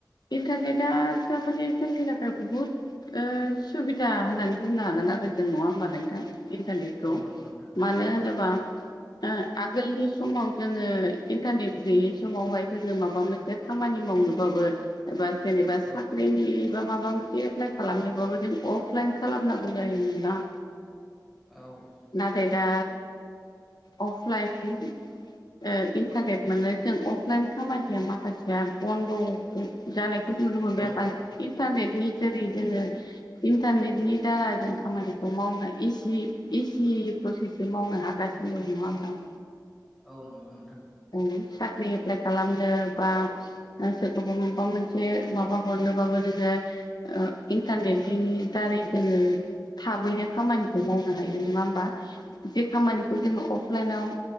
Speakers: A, on the left; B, in the centre.
A: इन्टारनेटआ थार माने जोंनि गामियाव बहुद ओ सुबिदा होननानै बुंनो हागोन आरो जों नङा होमबा नोंथां इन्टारनेटखौ
B: औ नंगौ नोंथां
A: मानो होनोबा
B: औ
A: ओ आगोलनि समाव जोङो इन्टारनेट गैयै समावहाय जोङो माबा मोनसे खामानि मावनोबाबो एबा जेनेबा
B: औ
A: साख्रिनि बा माबा मोनसे एप्लाइ खालामनोबाबो जों अफलाइन खालामनांगौ जायोमोन दां
B: औ
A: नाथाय दा ओ अफलाइन ओ इन्टारनेेट मोननाय जों अफलाइन खामानिया माखासे बन्द' जानायखौ नुनो मोनबाय
B: औ
A: बांसिन इन्टारनेटनि जेरै जोङो इन्टारनेटनि दारा जों खामानिखौ मावनो इजि इजि प्रसेसै मावनो हागासिनो दं नङा होमब्ला
B: औ नंगौ नोंथां
A: औ साख्रि एप्लाइ खालामनो बा सोरखौबा माबा मोनसे माबा हरनोबाबो नोङो इन्टारनेटनि दारै जोङो थाबैनो खामानि खौ मावनो हायो नङा होमबा जे खामानिखौ जोङो अफलाइनाव